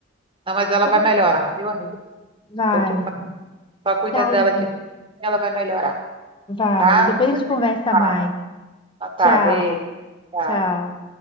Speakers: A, on the right; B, on the left.
A: não, mas ela
B: Então,
A: vai melhorar, viu, amiga? Não
B: Vai,
A: se preocupa. não. Só cuida
B: tchauzinho,
A: dela de ela vai melhorar,
B: vai.
A: tá?
B: Depois
A: Depois
B: a gente conversa
A: a gente fala.
B: mais.
A: Tá, tá,
B: Tchau,
A: beijo. tchau.
B: tchau.